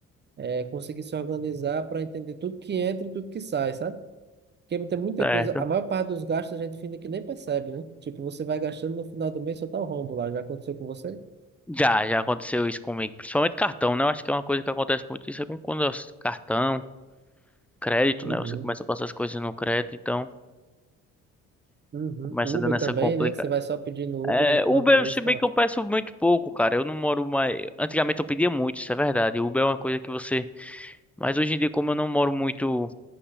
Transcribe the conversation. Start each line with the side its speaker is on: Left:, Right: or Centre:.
Right: é conseguir se organizar para entender tudo que entra e tudo que sai, sabe? Porque tem muita
Centre: certo?
Right: coisa, a maior parte dos gastos a gente finda que nem percebe, né? Tipo, você vai gastando no final do mês só tá o rombo lá. Já aconteceu com você?
Centre: Já, já aconteceu isso comigo, principalmente cartão, né? Eu acho que é uma coisa que acontece muito isso é com- quando é os- cartão, crédito,
Right: Uhum.
Centre: né? Você começa a passar as coisas no crédito, então
Right: Uhum.
Centre: começa
Right: Uber
Centre: dando essa
Right: também,
Centre: complicada.
Right: né? Você vai só pedindo Uber
Centre: É,
Right: no final
Centre: Uber,
Right: do mês,
Centre: se
Right: tá
Centre: bem que eu peço muito pouco, cara. Eu não moro mais. Antigamente eu pedia muito, isso é verdade. Uber é uma coisa que você. Mas hoje em dia, como eu não moro muito,